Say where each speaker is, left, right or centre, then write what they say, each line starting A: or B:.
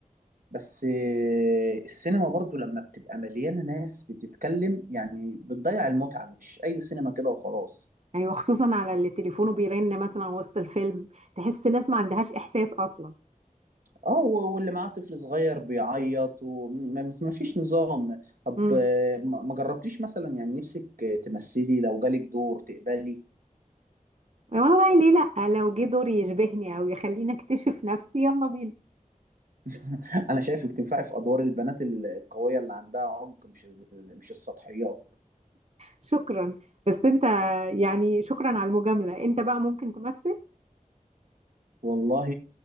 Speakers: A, on the right (about 80°); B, on the right (about 50°).
A: بس آه السينما برضو لما بتبقى مليانة ناس بتتكلم يعني بتضيع المتعة مش اي سينما كده وخلاص
B: أيوة خصوصا على اللي تليفونه بيرن مثلا وسط الفيلم تحس ناس ما عندهاش إحساس أصلا
A: اه و- واللي معاه طفل صغير بيعيط وما فيش نظام طب
B: مم.
A: آه، ما ما جربتيش مثلا يعني نفسك آه، تمثلي لو جالك دور تقبلي
B: والله ليه لأ لو جه دور يشبهني أو يخليني أكتشف نفسي يلا بينا
A: <laughs> انا شايفك تنفعي في ادوار البنات ال- القوية اللي عندها عمق مش ال- مش السطحيات
B: شكرا بس أنت يعني شكرا على المجاملة أنت بقى ممكن تمثل
A: والله